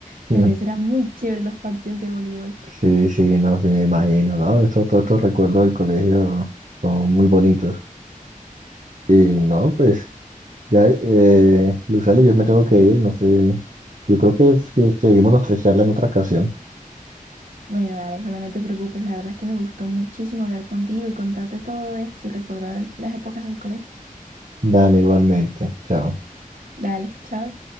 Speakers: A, on the right (about 75°); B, on the right (about 60°).
A: Pero
B: <laughs>
A: eso era muy chévere los partidos de voleibol.
B: Sí, sí, no, sí me imagino, ¿no? Estos, todos estos recuerdos del colegio son muy bonitos. Y no, pues, ya, eh, Lucely, yo me tengo que ir, no sé, yo creo que si seguimos nuestra charla en otra ocasión.
A: Bueno, dale, Holman, no te preocupes. La verdad es que me gustó muchísimo hablar contigo y contarte todo esto y recordar las épocas del colegio.
B: Dale, igualmente. Chao.
A: Dale, chao.